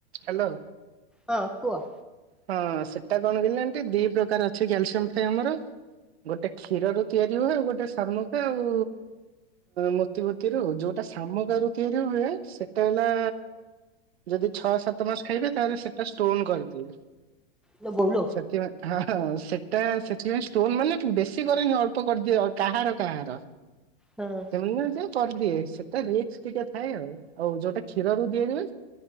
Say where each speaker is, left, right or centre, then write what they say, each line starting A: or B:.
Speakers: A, on the right; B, in the centre.
A: Hello.
B: ହଁ କୁହ
A: ହଁ ସେଟା କଣ କିଲ ଏ ଦି ପ୍ରକାର ଅଛି କ୍ୟାଲସିୟମ ଟଏ ଆମର ଗୋଟେ କ୍ଷୀର ର ତିଆରି ହୁଏ ଗୋ ଗୋଟେ ଶମୁକା ଆଉ ମୋତିଭତି ର ଯୋଉଟା ଶାମକ ରୁ ତିଆରି ହୁଏ ସେଟା ହେଲା ଯଦି ଛଅ ସାତ ମାସ ଖାଇବେ ତାହେଲେ ସେଟା ଷ୍ଟୋନ କରିଦିଏ।
B: ଲୋ ବୋଉଲୋ
A: ସେ ହଁ ସେଟା ଷ୍ଟୋନ ମାନେ ବେଶୀ କରେନି ଅଳ୍ପ କରିଦିଏ କାହାର କାହାର
B: ହଁ
A: ସେମାନେ ସେଟ ରିକ୍ସ ଟିକେ ଥାଏ ଆଉ ଯୋଉଟା କ୍ଷୀରରୁ ତିଆରି ହୁଏ